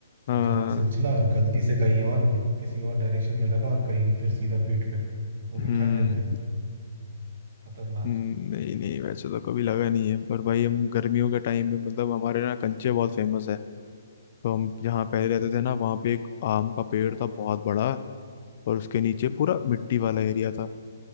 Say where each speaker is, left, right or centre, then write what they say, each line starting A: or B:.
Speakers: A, on the left; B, on the right.
A: हाँ
B: अचानक से उछला और गलती से कहीं और किसी और डायरेक्शन में लगा और कहीं फिर सीधा पीठ पे वो
A: हम्म
B: भी ठंड में खतरनाक
A: हम्म, नहीं नहीं वैसे तो कभी लगा नहीं है पर भाई हम गर्मियों के टाइम में मतलब हमारे ना कंचे बहुत फेमस है तो हम जहाँ पहले रहते थे ना वहाँ पे एक आम का पेड़ था बहुत बड़ा और उसके नीचे पूरा मिट्टी वाला एरिया था